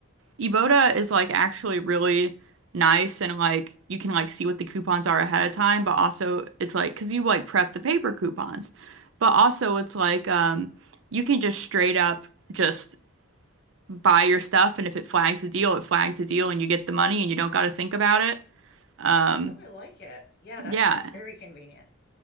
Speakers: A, on the right (about 65°); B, on the left (about 45°).
A: Eboda is like actually really nice and like you can like see what the coupons are ahead of time, but also it's like because you like prep the paper coupons, but also it's like um you can just straight up just buy your stuff and if it flags a deal, it flags a deal and you get the money and you don't got to think about it. Um,
B: Oh, I like it. Yeah, that's
A: yeah.
B: very convenient.